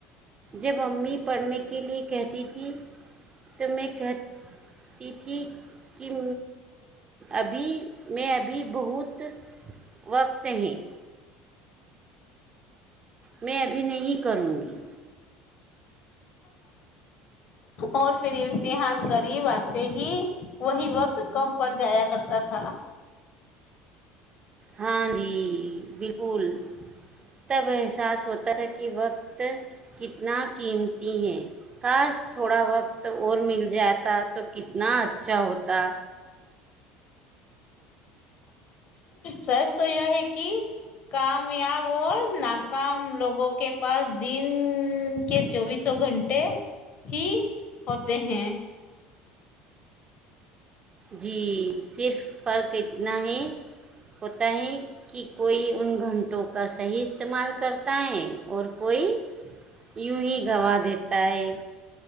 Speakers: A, on the right; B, on the left.
A: جب امی پڑھنے کے لیے کہتی تھی تو میں کہتی تھی کوں ابھی میں ابھی بہت وقت ہیں میں ابھی نہیں کروں گی
B: اور پھر امتحان قریب آتے ہی وہی وقت کم پڑ جایا کرتا تھا
A: ہاں جی بالکل تب احساس ہوتا تھا کہ وقت کتنا قیمتی ہے کاش تھوڑا وقت اور مل جاتا تو کتنا اچھا ہوتا
B: سچ تو یہ ہے کہ کامیاب اور ناکام لوگوں کے پاس دن کے چوبیسوں گھنٹے ہی ہوتے ہیں
A: جی صرف فرق اتنا ہے ہوتا ہے کہ کوئی ان گھنٹوں کا صحیح استعمال کرتا ہے اور کوئی یوں ہی گنوا دیتا ہے